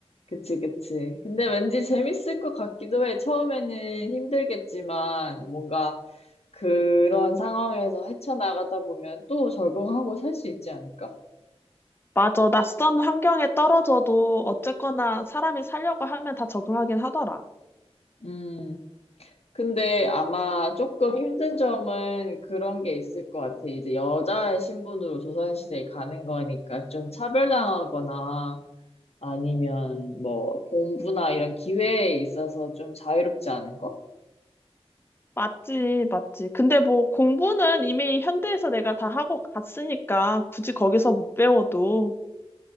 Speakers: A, on the left; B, on the left.
A: 그치, 그치. 근데 왠지 재밌을 것 같기도 해. 처음에는 힘들겠지만, 뭔가 그런 상황에서 헤쳐나가다 보면 또 적응하고 살 수 있지 않을까?
B: 맞아. 낯선 환경에 떨어져도 어쨌거나 사람이 살려고 하면 다 적응하긴 하더라.
A: 음. 근데 아마 조금 힘든 점은 그런 게 있을 것 같아. 이제 여자의 신분으로 조선시대에 가는 거니까 좀 차별당하거나 아니면 뭐 공부나 이런 기회에 있어서 좀 자유롭지 않은 거?
B: 맞지, 맞지. 근데 뭐 공부는 이미 현대에서 내가 다 하고 갔으니까 굳이 거기서 못 배워도